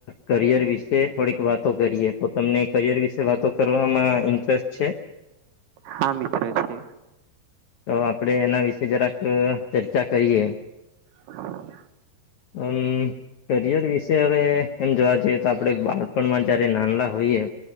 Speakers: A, on the left (about 80°); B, on the right (about 70°).
A: કરિયર વિશે થોડીક વાતો કરીએ. તો તમને કરિયર વિશે વાતો કરવામાં ઇન્ટરેસ્ટ છે?
B: હા મિત્ર છે.
A: તો આપડે એના વિશેે જરાક ચર્ચા કરીએ.
B: હા.
A: હમ્મ કરિયર વિશે હવે એમ જોવા જઈએ તો આપડે બાળપણમાં જયારે નાનલા હોઈએ